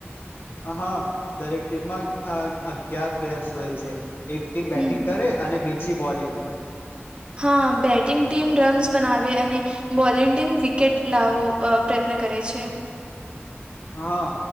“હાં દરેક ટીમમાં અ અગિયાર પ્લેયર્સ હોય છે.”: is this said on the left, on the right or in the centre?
Left